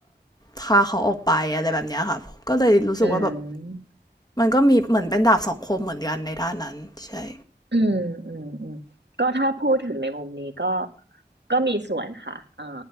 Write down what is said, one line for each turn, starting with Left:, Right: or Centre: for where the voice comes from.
Left: พาเขาออกไปอะไรแบบเนี้ยค่ะก็เลยรู้สึกว่าแบบ
Right: อืม
Left: มันก็มีเหมือนเป็นดาบสองคมเหมือนกันในด้านนั้นใช่
Right: อืมอืมอืมก็ถ้าพูดถึงในมุมนี้ก็ก็มีส่วนค่ะอ่า